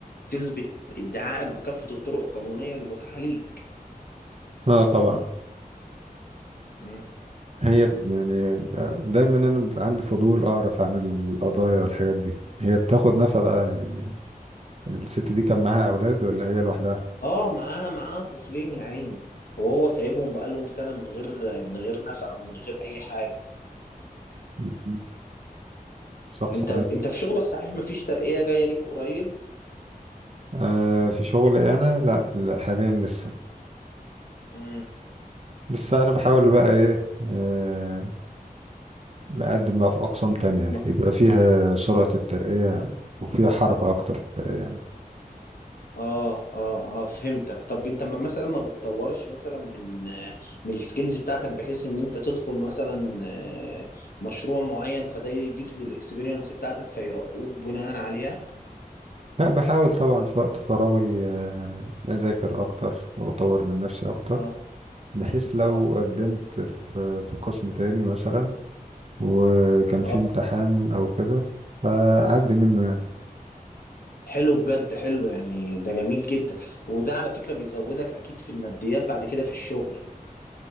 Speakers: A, on the left; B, on the right.
A: تثبت ادعائك بكافه الطرق القانونيه المتاحه ليك
B: اه طبعا
A: مم.
B: هي ب- يعني دايما انا بيبقى عندي فضول اعرف عن القضايا والحاجات دي هي بتاخد نفقة بقى يعني الست دي كان معاها اولاد ولا هي لوحدها
A: اه معاه معاه طفلين يا عيني وهو سايبهم بقالهم سنة من غير من غير نفقة او من غير اي حاجة
B: مهم. شخص
A: انت انت في شغلك صحيح مفيش ترقية جاية ليك قريب
B: آه في شغل انا لا, لا حاليا لسه
A: امم
B: بس انا بحاول بقى ايه آه مقدم بقى في اقسام تانية
A: م-
B: يبقى فيها سرعة الترقية وفيها حركة اكتر في الترقية يعني
A: اه اه اه فهمتك طب انت ما- مثلا ما بتطورش مثلا من آه، من السكيلز بتاعتك بحيث ان انت تدخل مثلا آه، مشروع معين فده يضيف للاكسبيرينس بتاعتك فيرقوك بناء عليها
B: لا بحاول طبعا في وقت فراغي آه اذاكر اكتر واطور من نفسي اكتر
A: اه
B: بحيث لو
A: اه
B: قدمت في في قسم تاني مثلا وكان فيه
A: آه.
B: امتحان او كده فاعدي منه يعني
A: حلو بجد حلو يعني ده جميل جدا وده على فكرة بيزودك اكيد في الماديات بعد كده في الشغل